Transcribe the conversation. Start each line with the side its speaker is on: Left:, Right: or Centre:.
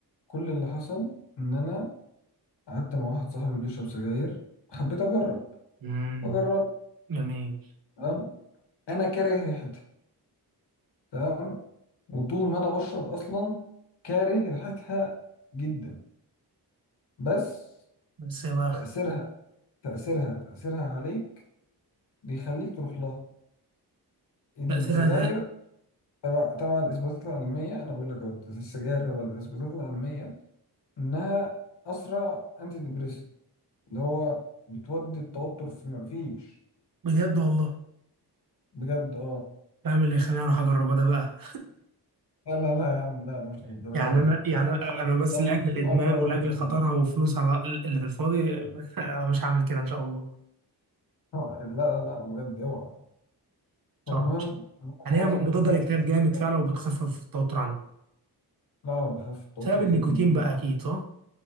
Left: كل اللي حصل إن أنا قعدت مع واحد صاحبي بيشرب سجاير حبيت أجرب
Right: امم
Left: فجربت
Right: جميل
Left: تمام أنا كاره ريحتها تمام وطول ما أنا بشرب أصلا كاره ريحتها جدا بس
Right: بس يا بقى
Left: تأثيرها تأثيرها تأثيرها عليك بيخليك تروح لها السجاير
Right: تاثيرها ده
Left: تبع تبع الإثباتات العلمية أنا بقول لك أهو، السجاير تبع الإثباتات العلمية إنها أسرع أنتي ديبريسنت اللي هو بتودي التوتر في مفيش
Right: بجد والله
Left: بجد أه
Right: فاهم اللي يخليني اروح اجربها ده بقى
Left: لا لا لا يا عم لا مش
Right: <laughs>
Left: للدرجة
Right: يعني انا
Left: دي
Right: يعني انا أنا بس
Left: يعني
Right: لاجل
Left: كتير
Right: الادمان
Left: أه يعني
Right: ولاجل
Left: كتير
Right: خطرها
Left: <laughs>
Right: والفلوس على اللي في الفاضي <laughs> أنا مش هعمل كده ان شاء الله ان
Left: آه، لا لا لا بجد اوعى
Right: شاء
Left: فالمهم
Right: الله
Left: انا
Right: يعني
Left: خلاص
Right: هي مضاده
Left: بدات
Right: للاكتئاب جامد
Left: لا
Right: فعلا وبتخفف التوتر عنه
Left: لا بخاف التوتر
Right: بسبب النيكوتين
Left: جدا جدا
Right: بقى اكيد صح؟